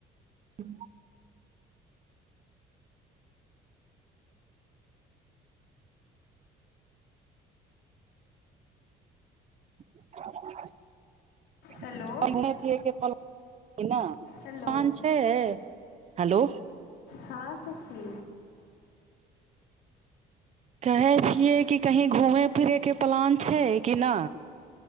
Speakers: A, on the right; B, on the left.
A: हुं। <unintelligible>
B: हेलो
A: पहिने छियै कि पल ना
B: हेलो
A: काम छै? हेलो।
B: हां सखी।
A: कहै छियै कि कहीँ घुमय फिरयके पलान छै कि ना?